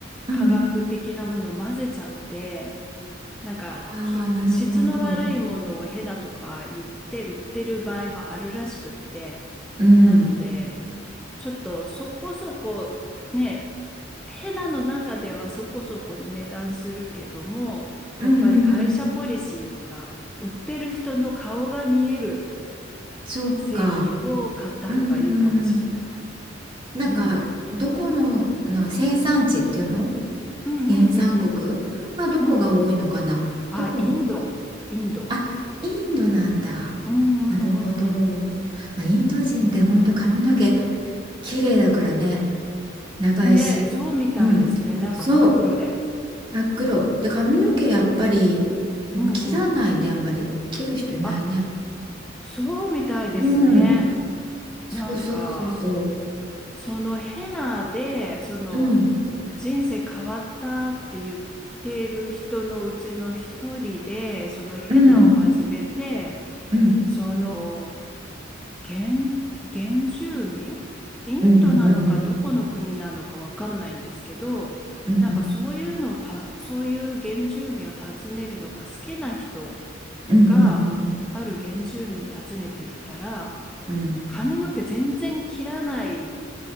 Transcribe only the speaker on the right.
うん。
ああ、なるほど。うん。
うんうんうん。
そうか。
うんうんうんうん。なんか、
どこの、の生産地っていうの
原産国はどこが多いのかなどこ、
あ、インドなんだ。
なるほど。まあ、インド人って本当髪の毛綺麗だからね、長いし。
うん、
そう、真っ黒。で、髪の毛やっぱりうん切らないね、
あんまり。切る人いないね。
うん、そうそうそうそ
う。うん、
うん、うん、
うん、うん、うん、うん、
うん、
うん、うん、
うん、うん、うん。
うん